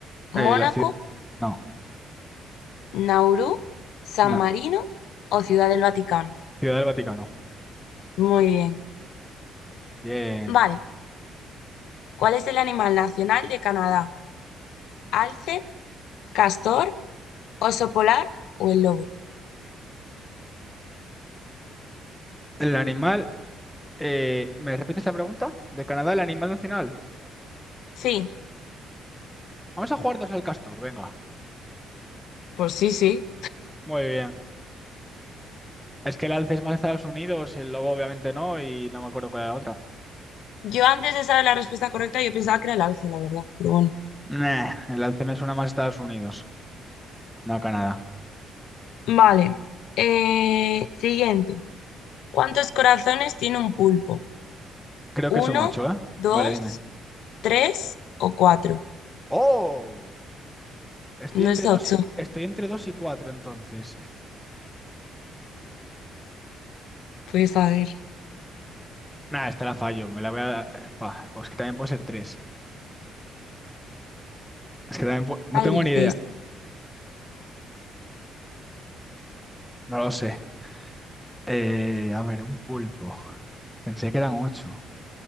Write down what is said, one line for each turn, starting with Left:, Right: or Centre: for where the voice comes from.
Left: ¿Mónaco,
Centre: Eh, la ciudad. No,
Left: Nauru, San
Centre: no.
Left: Marino o Ciudad del Vaticano?
Centre: Ciudad del Vaticano.
Left: Muy bien.
Centre: Bien.
Left: Vale. ¿Cuál es el animal nacional de Canadá? ¿Alce, castor, oso polar o el lobo?
Centre: El animal. eh, ¿me repites la pregunta? ¿De Canadá, el animal nacional?
Left: Sí.
Centre: Vamos a jugar dos al castor, venga.
Left: Pues sí, sí.
Centre: Muy bien. Es que el alce es más Estados Unidos y el lobo obviamente no, y no me acuerdo cuál era la otra.
Left: Yo antes de saber la respuesta correcta, yo pensaba que era el alce, la verdad, pero bueno.
Centre: Nah, el alce me suena más a Estados Unidos, no a Canadá.
Left: Vale. Eh, siguiente. ¿Cuántos corazones tiene un pulpo?
Centre: Creo
Left: ¿Uno,
Centre: que son ocho, ¿eh?
Left: dos,
Centre: Vale, dime.
Left: tres o cuatro?
Centre: ¡Oh! Estoy
Left: No
Centre: entre
Left: es ocho.
Centre: dos y, estoy entre dos y cuatro, entonces.
Left: Pues a ver.
Centre: Nah, esta la fallo, me la voy a... Buah, pues que también puede ser tres. Es que también pu- No
Left: ¿Cuál
Centre: tengo
Left: dices?
Centre: ni idea. No lo sé. Eh, a ver, un pulpo. Pensé que eran ocho.